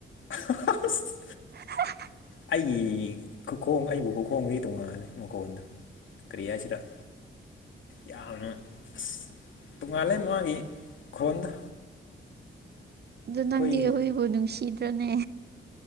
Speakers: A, on the left (about 70°); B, on the right (about 55°).
A: ꯍ-ꯍ-ꯍꯥꯁ
B: ꯑ
A: ꯑꯩꯒꯤ ꯈꯨꯈꯣꯡ ꯑꯩꯕꯨ ꯈꯨꯈꯣꯡꯗꯤ ꯇꯣꯡꯉꯥꯜꯂꯦ ꯃꯈꯣꯟꯜꯗ ꯀ꯭ꯔꯤꯍꯥꯏꯁꯤꯔ ꯌꯥꯝꯅ ꯑꯁ ꯇꯣꯉꯥꯜꯂꯦ ꯃꯥꯒꯤ ꯈꯣꯟꯗ
B: ꯑꯗꯨꯗ
A: ꯑꯩꯈꯣꯏ
B: ꯅꯪꯗꯤ ꯍꯈꯣꯏꯕꯨ ꯅꯨꯡꯁꯤꯗ꯭ꯔꯅꯦ